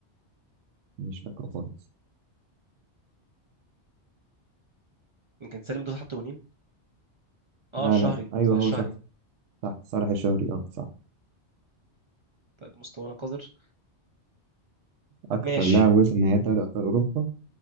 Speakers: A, on the right; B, on the right.
A: مش فاكره خالص
B: يمكن سالم دوسري حط جونين اه
A: لا
B: الشهري
A: لا ايوه
B: صح الشهري
A: هو صح صح صالح الشهري اه صح
B: طيب مستوانا قذر
A: اكتر
B: ماشي
A: لاعب وصل نهائي دوري ابطال اوروبا